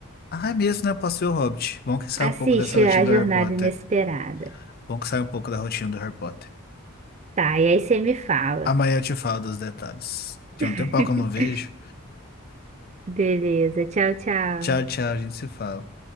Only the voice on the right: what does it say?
Assiste
A
Jornada
Inesperada.
Tá, e aí você me fala.
<laughs>
Beleza, tchau, tchau.